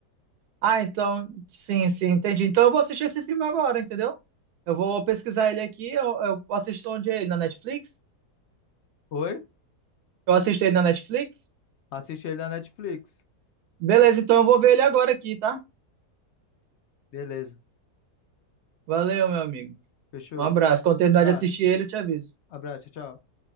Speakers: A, on the right; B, on the left.
A: Ah, então, sim, sim, entendi. Então eu vou assistir esse filme agora, entendeu? Eu vou pesquisar ele aqui, eu, eu assisto onde é ele? Na Netflix?
B: Oi?
A: Eu assisto ele na Netflix?
B: Assiste ele na Netflix.
A: Beleza, então eu vou ver ele agora aqui, tá?
B: Beleza.
A: Valeu, meu amigo.
B: Fechou.
A: Um abraço. Quando terminar
B: Abra-
A: de assistir ele, eu te aviso.
B: Abraço, tchau, tchau.